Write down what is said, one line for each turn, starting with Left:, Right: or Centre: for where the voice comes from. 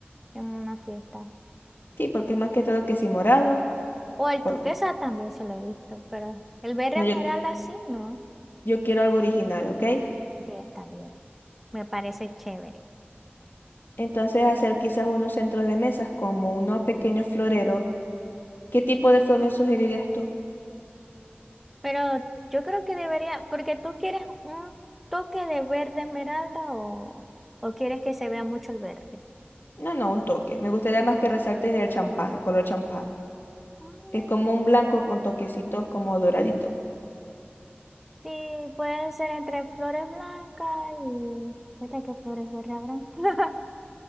Centre: en una fiesta.
Left: sí, porque es más que todo que si morado
Centre: O el
Left: o
Centre: tuquesa
Left: rojo.
Centre: también se lo he visto, pero el verde
Left: No,
Centre: esmeralda
Left: yo,
Centre: sí, no.
Left: yo quiero algo original, ¿ok?
Centre: Sí, está bien. Me parece chévere.
Left: Entonces hacer quizás unos centros de mesas como unos pequeños floreros. ¿Qué tipo de flor me sugerirías tú?
Centre: Pero yo creo que debería, porque tú quieres un toque de verde esmeralda o, o quieres que se vea mucho el verde.
Left: No, no, un toque. Me gustaría más que resaltes el champán, el color champán,
Centre: Mm,
Left: que es como un blanco con toquecitos como doraditos.
Centre: Sí, puede ser entre flores blancas y... ¿Viste qué flores verdes habrán? <laughs>